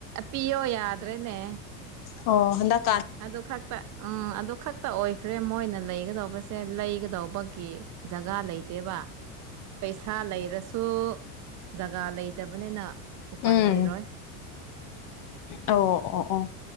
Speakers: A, on the right (about 40°); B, on the left (about 45°).
A: ꯄꯤꯌꯣ ꯌꯥꯗ꯭ꯔꯦꯅꯦ
B: ꯑꯣ ꯍꯟꯗꯛ
A: ꯑꯗꯨ ꯈꯛꯇ ꯎꯝ ꯑꯗꯨ ꯈꯛꯇ ꯑꯣꯏꯈ꯭ꯔꯦ ꯃꯣꯏꯅ ꯂꯩꯒꯗꯧꯕꯁꯦ ꯁꯦ ꯂꯩꯒꯗꯧꯕꯒꯤ ꯖꯒꯥ ꯂꯩꯇꯦꯕ ꯄꯩꯁꯥ ꯂꯩꯔꯁꯨ ꯖꯒꯥ ꯂꯩꯇꯕꯅꯤꯅ ꯎꯄꯥꯏ
B: ꯎꯝ
A: ꯂꯩꯔꯣꯏ
B: ꯑꯣ ꯑꯣ ꯑꯣ